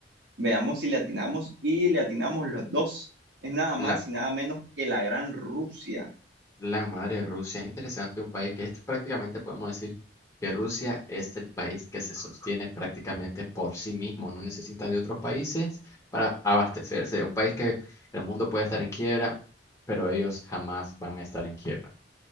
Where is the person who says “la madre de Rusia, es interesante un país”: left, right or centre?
Left